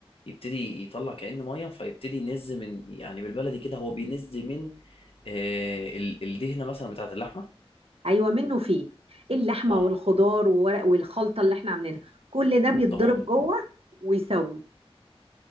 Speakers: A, on the left; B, on the right.
A: يبتدي يطلع كأن ميه فيبتدي ينز من يعني بالبلدي كده هو بينز من آه ال- الدهنه مثلا بتاعت اللحمه
B: أيوة منه فيه اللحمة
A: اه
B: والخضار وورق والخلطة اللي احنا عاملينها كل ده بيتضرب
A: والطماطم
B: جوه
A: اه
B: ويسوي